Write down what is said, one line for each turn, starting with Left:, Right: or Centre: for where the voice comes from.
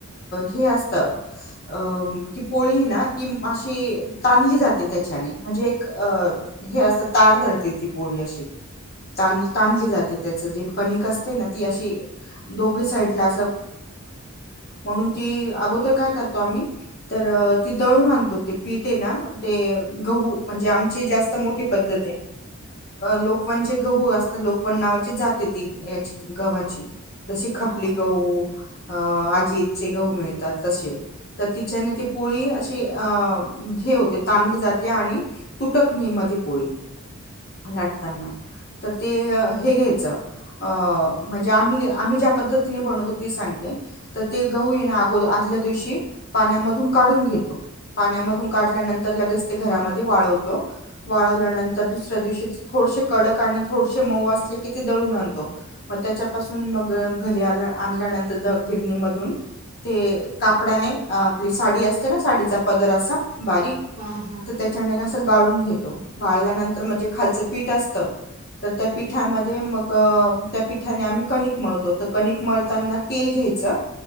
Left: हे असत. अ ती पोळी ना कि अशी तानली जाते त्याच्याने म्हणजे एक अ हे असतं तार धरते ती पोळी अशी. तानली जाते त्या जे कणिक असते ना ती अशी दोघी साईडला. म्हणून ती अगोदर काय करता तर त दळून आणतो ते पीठे ना ते गहू म्हणजे आमचें. मो पद्त लोकचे गहू अस लोकवण नावाची जाते ती याची गव्हाची जशी
Right: हा
Left: खपली
Right: हा
Left: गहू. अ आजीतचे गहू मिळतात तसे. तर तिच्याने ती पोळी अशी अ हे होते ताणली जाते आणि तुटकणी म पोळी लाटताना तर ते हे घ्यायचं. अ म्हणजे आम्ही आम्ही ज्या पद्धतीने बनवतो ते सांगते तर ते गहू येगो ल्या दिवशी पाण्यामधून काढून घेतो. पाण्यामधून काढल्यानंतर लगेच ते घरामध्ये वाळवतो वाळवल्यानंतर दुसऱ्या दिवशी ते थोड कडक आणि थोडंसं मऊ अस असलं का ते दळून आणतो मग त्याून म घरी आणल्यानंतर द गिरणी मधून ते कापडाने. आपली साडी असते ना साडीचा पदर असा बारीक
Right: हा हा
Left: तर त्याच्याने. गाळून घेतो गाळल्यानंतर म्हणे खालचं पीठ असत तर त्या पीठामध्ये मग. त्या पिठाने आम्ही कणिकळतो तर क- मळताना तेल घ्यायचं